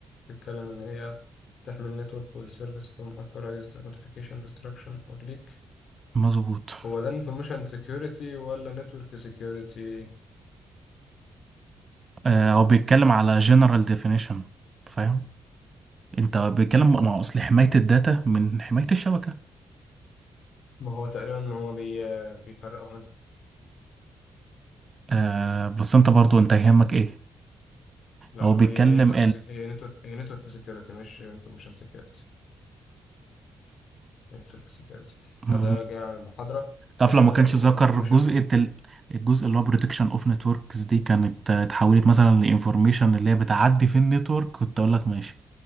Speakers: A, on the left; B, on the right.
A: بتتكلم إن هي تحمي النتورك والسيرفيس from authorized notification destruction or leak
B: مظبوط
A: هو ده انفورميشن سكيورتي ولا نتورك سكيورتي؟
B: آه، هو بيتكلم على جنرال ديفينيشن فاهم انت بيتكلم مع اصل حمايه الداتا من حمايه الشبكه
A: ما هو تقريبا ما هو بي... بيفرقوا هنا
B: آه بس انت برضو انت يهمك ايه
A: لا
B: هو
A: هو
B: بيتكلم
A: هي نتورك سك... هي نتورك هي نتورك سكيورتي مش انفورميشن سكيورتي هي نتورك سكيورتي
B: ال
A: لو جينا جينا على المحاضرة
B: تعرف
A: هيقول
B: لو ما كانش
A: لك إن
B: ذكر
A: الانفورميشن
B: جزء التل... الجزء اللي هو بروتكشن اوف نتوركس دي كانت آه، اتحولت مثلا لانفورميشن اللي هي بتعدي في النتورك كنت اقول لك ماشي